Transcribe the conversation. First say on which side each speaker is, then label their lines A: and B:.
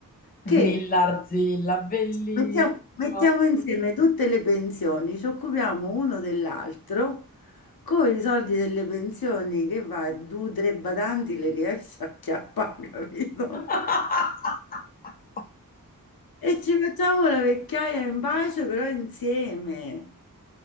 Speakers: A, on the left; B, on the left.
A: che
B: Villarzilla, bellissima.
A: mettiamo, mettiamo insieme tutte le pensioni, ci occupiamo uno dell'altro, con i soldi delle pensioni che va, due o tre badanti le riesce a chiappare, <laughs> capito?
B: <laughs>
A: E ci facciamo la vecchiaia in pace, però insieme.